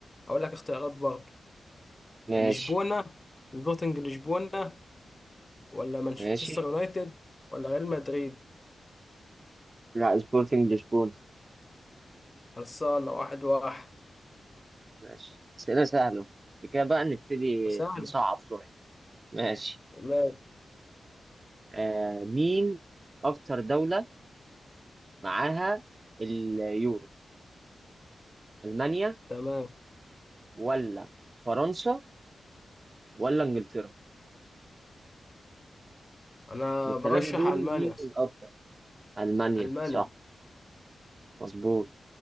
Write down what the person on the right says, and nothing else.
ماشي
ماشي
لا سبورتنج لشبونة
ماشي أسئلة سهلة بعد كده بقى نبتدي
نصعب شوية ماشي
آه مين أكتر دولة معاها اليورو ألمانيا
ولا فرنسا ولا إنجلترا
من الثلاثة
دول
مين الأكتر ألمانيا
صح مظبوط